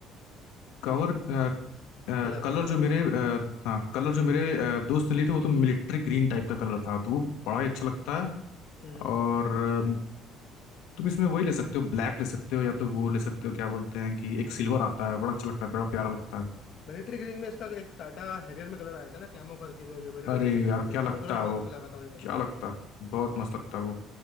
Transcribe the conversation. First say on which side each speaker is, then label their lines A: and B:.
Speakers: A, on the left (about 80°); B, on the left (about 55°).
A: कवर अ, अ,
B: Colour
A: कलर
B: colour
A: जो मेरे अ, हाँ कलर जो मेरे अ, दोस्त ने लिए थे वो तो मिलिट्री ग्रीन टाइप का कलर था तो वो बड़ा ही अच्छा लगता है
B: हम्म
A: और अ, तुम इसमें वही ले सकते हो ब्लैक ले सकते हो या तो वो ले सकते हो क्या बोलते हैं कि एक सिल्वर आता है बड़ा अच्छा लगता है बड़ा प्यारा लगता है
B: मिलिट्री ग्रीन में इसका एक टाटा हैरियर में कलर आया था ना कैमो करके जो लिमिटेड
A: अरे
B: एडिशन आया
A: यार
B: था भाई
A: क्या लगता
B: वो कलर बहुत
A: है वो
B: अच्छा लगा था भाई मेरे
A: क्या
B: को
A: लगता है, बहुत मस्त लगता है वो